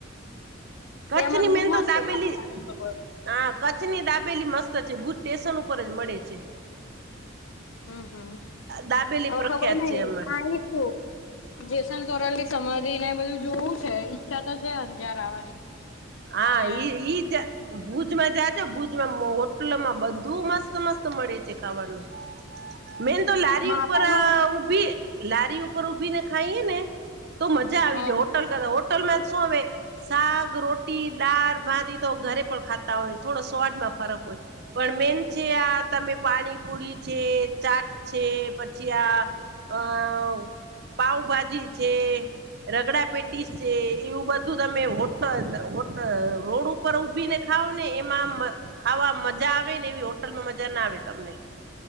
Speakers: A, on the right; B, on the left.
A: કચ્છની
B: ત્યાં મંદિર
A: મેન
B: મસ્ત
A: તો દાબેલી
B: છે સ્વામિનારાયણ ભગવાનનું.
A: હા કચ્છ ની દાબેલી મસ્ત છે ભુજ સ્ટેશન ઉપર જ મળે છે.
B: હમ હમ
A: દાબેલી
B: અવ
A: પ્રખ્યાત
B: ખબર નઈ
A: છે એમાં
B: જેસલ તોરલ કે સમાધિ ને એ બધું જોવું છે ઈચ્છા તો છે, અંજાર આવવાની
A: હા
B: અને
A: જ ભુજમાં જાજો ભુજમાં હોટલમાં બધું મસ્ત મસ્ત મળે છે. ખાવાનું મેન તો લારી
B: માતાનું
A: ઉપર ઊભી. લારી ઉપર ઊભી ને ખાઈએે ને તો મજા આવી
B: હા
A: જાય. <unintelligible> હોટલ મે શું હવે શાક રો દાળ ભાત તો ઘરે પણ ખાતા હોય થોડો સ્વાદ માં ફરક હોય. પણ મેન છે આ તમે પાણીપુરી છે, ચાટ છે પછી આ અ પાઉભાજી છે. રગડા પેટીસ છે, એવું બધું તમે હોટ અ રોડ ઉપર ઉભીને ખાાવને એમાં ખાવામાં મજા આવે ને એવી હોટલમાં મજા ના આવે તમને